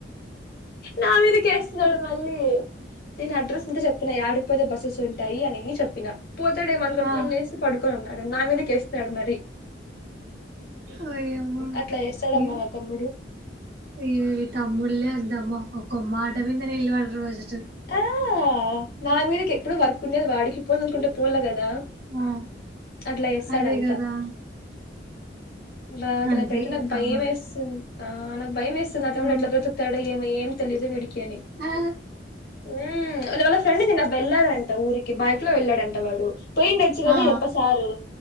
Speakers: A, on the left; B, on the right.
A: నా మీదకేస్తున్నాడు మళ్ళీ నేను అడ్రస్ అంతా చెప్పినా యాడికిపోతే బసెస్ ఉంటాయి అని చెప్పినా పోతాడేమొ అనుకుని
B: ఆ
A: ఫోన్ చేస్తె పడుకున్నా న్నాడు నా మీద కేస్తన్నాాడు మరి
B: ఓయమ్మా
A: అట్లా చేస్తాడమ్మ
B: ఈ
A: నా తమ్ముడు
B: ఈ తమ్ముళ్లే అందమ్మా ఒక్క వినరు <inaudible>
A: ఆ నా మీరు ఎప్పుడు వర్క్ ఉండేది వాడికి పోల అనుకుంటే పోలే కదా
B: ఆ
A: అట్లా చేస్తాడ
B: అదే
A: అంతా
B: కదా
A: బాగా
B: అంతే
A: నాకైతే నాకు
B: ఈ తమ్ముళ్ళు
A: భయం వేస్తుంది ఆ నాకు భయం వేస్తుంది నా తమ్ముడు
B: ఆ
A: ఎట్లా బ్రతుకుతాడా ఏ ఏమి తెలియ విడికి అని
B: ఆ
A: నిన్న వల్ల ఫ్రెండ్ వెళ్ళాడట వూరికి బైక్ లో వెళ్ళాడంట వాడు పోయిండొచ్చు కదా
B: ఆ ఆ
A: ఇ యప్ప సారు